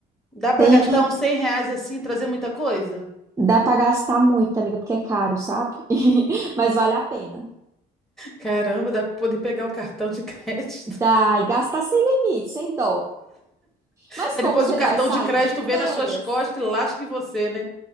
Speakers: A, in the centre; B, on the right.
A: Dá para
B: Tem,
A: gastar uns cem reais assim e trazer muita coisa?
B: dá pra gastar muito, amiga, porque é caro, sabe? <laughs> Mas vale a pena.
A: Caramba, dá para poder pegar o cartão de crédito.
B: Dá, e gastar sem limite, sem dó.
A: <laughs>
B: Mas
A: Aí
B: como
A: depois
B: você
A: o cartão
B: vai sair
A: de crédito
B: de
A: vem
B: férias?
A: nas suas costas e lasca em você, né?